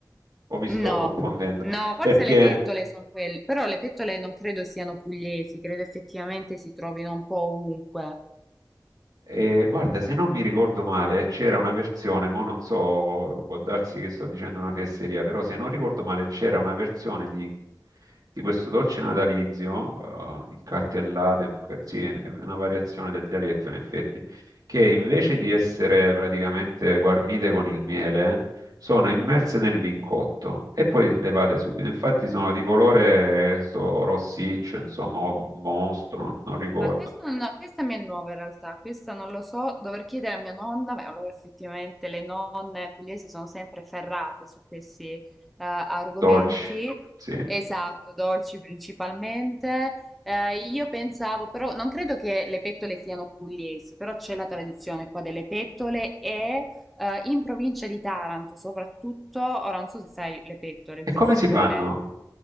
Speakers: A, on the right; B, in the centre.
A: o mi
B: No,
A: sto confondendo?
B: no, forse
A: Perché
B: le pettole sono quelle, però le pettole non credo siano pugliesi, credo effettivamente si trovino un po' ovunque.
A: E, guarda, se non mi ricordo male, c'era una versione, ma non so, può darsi che sto dicendo una fesseria, però se non ricordo male c'era una versione di, di questo dolce natalizio, eh, il cartellate, un ca- sì, è una variazione del dialetto in effetti, che invece di essere praticamente guarnite con il miele, sono
B: Mm?
A: immerse nel vincotto e poi levate subito. Infatti sono di colore eh, sto rossiccio, insomma, o mosto, non, non ricordo,
B: Ah, questo non- no, questa mi è nuova in realtà, questa non lo so, dovrei chiedere a mia nonna, beh, allora effettivamente le nonne pugliesi sono sempre ferrate su questi eh, argomenti,
A: dolci, sì.
B: esatto, dolci principalmente. Eh, io pensavo, però non credo che le pettole siano pugliesi, però c'è la tradizione qua delle pettole e eh, in provincia di Taranto soprattutto, ora non so se sai le pettole,
A: E
B: giusto?
A: come si fanno?
B: Quelle...